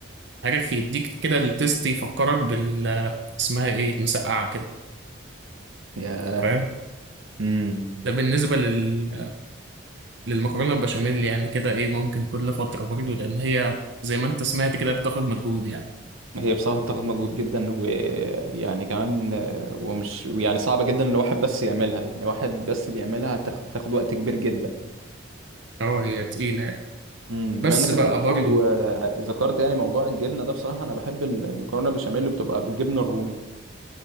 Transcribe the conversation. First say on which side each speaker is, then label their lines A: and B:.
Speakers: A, on the right; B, on the right.
A: عارف يديك كده التيست يفكرك بال اسمها ايه المسقعة كده
B: يا
A: فاهم
B: امم
A: ده بالنسبة لل... للمكرونة البشاميل يعني كده ايه ممكن كل فترة برضه لأن هي زي ما انت سمعت كده بتاخد مجهود يعني
B: هي بصراحة بتاخد مجهود جدا ويعني كمان آه، ومش يعني صعبة جدا لو واحد بس يعملها يعني واحد بس بيعملها هتاخد تاخد وقت كبير جدا
A: اه هي تقيلة يعني
B: امم
A: بس
B: بما انك
A: بقى
B: انت برضو
A: برضه
B: آه، ذكرت يعني موضوع الجبنة ده بصراحة انا بحب المكرونة بشاميل اللي بتبقى بالجبنة الرومي